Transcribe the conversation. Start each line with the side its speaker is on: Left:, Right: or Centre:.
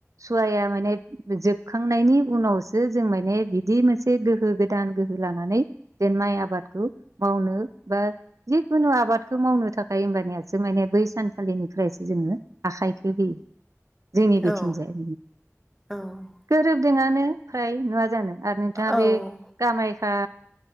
Right: सुवाया माने जोबखांनायनि उनावसो जों माने बिदि मोनसे गोहो गोदान गोहो लानानै जेन माइ आबादखौ मावनो बा जिखुनु आबादखौ मावनो थाखाय होमबानियासो माने बै सानखालिनिफ्रायसो जोङो आखाइखौ‌ होयो जोंनि बिथिंजाय।
Centre: औ औ
Right: गोरोबदोंआनो फ्राय नडा़ जानो आरो नोंथाङा
Centre: औ
Right: बे कामायया